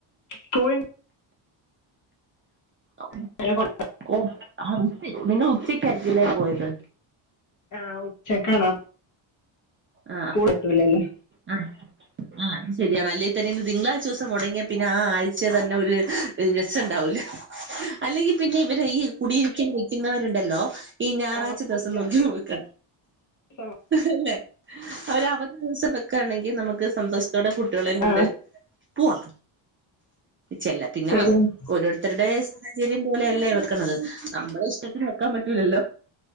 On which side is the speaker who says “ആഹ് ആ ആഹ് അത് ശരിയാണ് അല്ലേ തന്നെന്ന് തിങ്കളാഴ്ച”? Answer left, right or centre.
Right